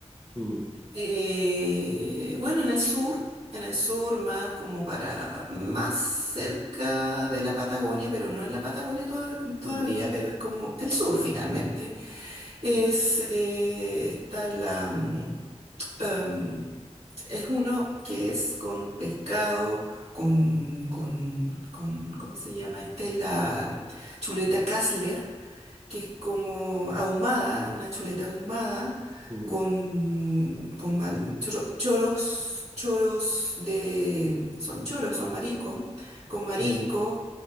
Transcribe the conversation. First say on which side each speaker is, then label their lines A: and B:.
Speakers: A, on the right; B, on the right.
A: Mm.
B: Eh, bueno, en el sur, en el sur más como para más cerca de la Patagonia, pero no en la Patagonia toda- todavía,
A: Mm.
B: pero es como el sur finalmente. Es,
A: Mm.
B: eh, está la, mm, em, es uno que es con pescado, con, con, con, ¿cómo se llama este? La chuleta Kassler, que es como ahumada, una chuleta ahumada,
A: Mm.
B: con, con mal- choro- choros, choros de, son choros, son mariscos, con
A: Sí,
B: marisco,